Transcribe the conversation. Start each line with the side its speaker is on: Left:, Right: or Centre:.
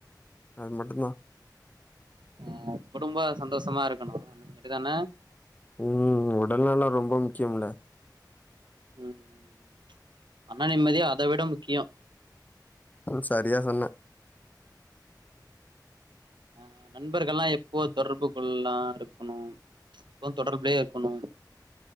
Left: அது மட்டுந்தா
Right: அ குடும்ப சந்தோஷமா இருக்கணு அந்த மாதிரிதான
Left: ம் உடல்நலோ ரொம்ப முக்கியம்ல
Right: ம் அவ நிம்மதியா அத விட முக்கியோ
Left: செரியா சொன்ன
Right: அ நண்பர்கல்லா எப்போ தொடர்பு கொள்லா இருக்கணு ம்ச் எப்போ தொடர்புலயே இருக்கணு